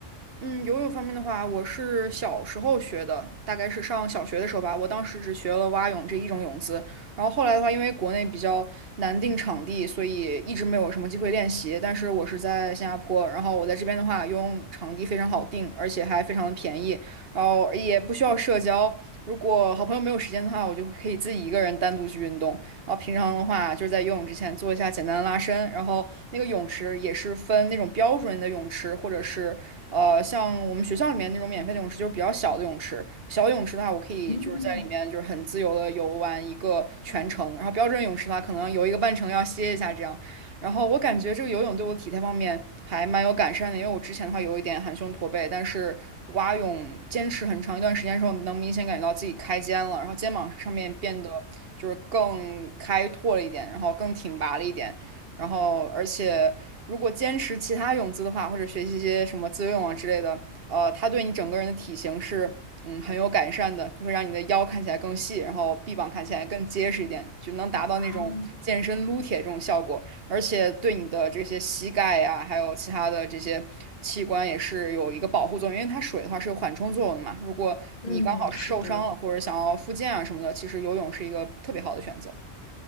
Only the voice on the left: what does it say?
嗯，
啊，
嗯，是的。